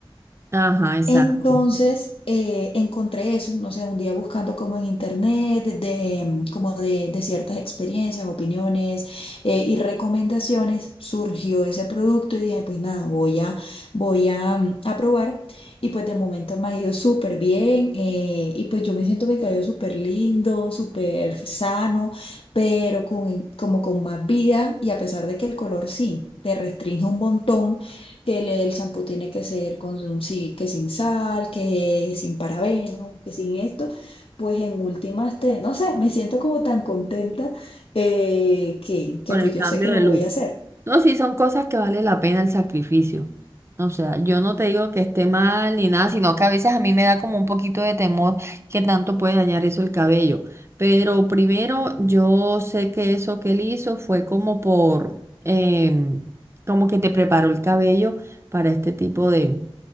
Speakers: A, on the right (about 30°); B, on the left (about 75°).
A: Ajá, exacto.
B: Entonces eh, encontré eso, no sé, un día buscando como en internet, de, de, mm, como de, de ciertas experiencias, opiniones eh, y recomendaciones, surgió ese producto y dije, pues nada, voy a, voy a, mm, a probar y pues de momento me ha ido súper bien eh, y pues yo me siento mi cabello súper lindo, súper sano, pero con, como con más vida y a pesar de que el color sí. te restringe un montón que le- el champú tiene que ser con un- sí, que sin sal, que sin parabenos, que sin esto, pues en últimas te, no sé, me siento como tan contenta eh, que, que
A: Por
B: pues
A: el
B: yo
A: cambio
B: sé que lo
A: de
B: voy
A: look.
B: a hacer.
A: No, sí, son cosas que vale la pena el sacrificio. O sea, yo no te digo que esté mal ni nada, sino que a veces a mí me da como un poquito de temor que tanto puede dañar eso el cabello. Pero primero, yo sé que eso que él hizo fue como por, em, como que te preparó el cabello para este tipo de,